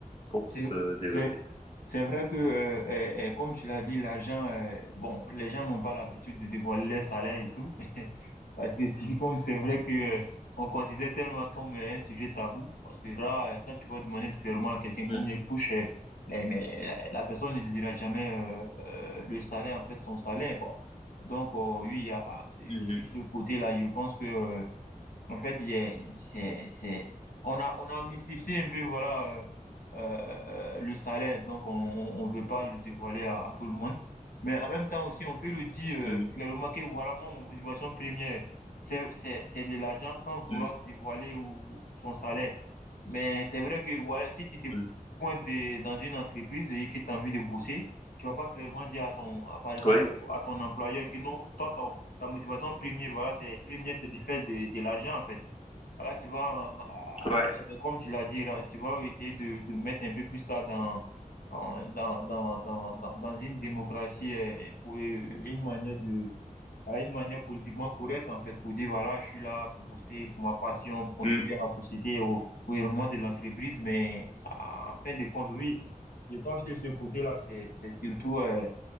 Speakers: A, on the left (about 45°); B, on the left (about 85°).
A: pour
B: C'est,
A: se développer.
B: c'est, c'est vrai que, euh, euh, euh, comme tu l'as dit, l'argent, euh, bon, les gens n'ont pas l'habitude de dévoiler leur salaire et tout. <laughs> Parce que <laughs> typiquement, c'est vrai que euh, on considère tellement comme euh, un sujet tabou. Parce que là, euh, quand tu vas demander clairement à quelqu'un
A: Mmh.
B: combien il touche, euh, eh, mais, euh, la personne ne te dira jamais euh, euh, le salaire, en fait, son salaire, quoi. Donc, euh, oui, il y a, euh,
A: Mmh
B: sur ce côté-là, je pense que euh, en fait, il y a- c'est, c'est, on a, on a mystifié un peu, voilà, euh, euh, le salaire. Donc, on, on on veut pas le dévoiler à, à tout le monde. Mais en même temps aussi, on peut le dire euh,
A: Mmh.
B: clairement que voilà, moi, mon motivation première, c'est, c'est, c'est de l'argent sans vouloir
A: Mmh.
B: dévoiler ou son salaire. Mais c'est vrai que voilà, si tu te
A: Mmh.
B: pointes de- dans une entreprise et que tu as envie de bosser, tu vas pas clairement dire à ton, à- par exemple,
A: Oui,
B: à ton employeur que non, toi, ta motivation première, voilà, c'est première, c'est de faire de, de l'argent en fait. Voilà, tu vas,
A: ouais.
B: euh, comme tu l'as dit, là, tu vas essayer de, de mettre un peu plus ça dans euh, dans dans dans dans, dans une démocratie euh, pour euh, une manière de voilà, une manière politiquement correcte en fait pour dire voilà, je suis là pour bosser pour ma passion, pour contribuer
A: Mmh. <laughs>
B: à la société au au développement de l'entreprise, mais en fin de compte, oui, je pense que ce côté-là, c'est c'est surtout euh,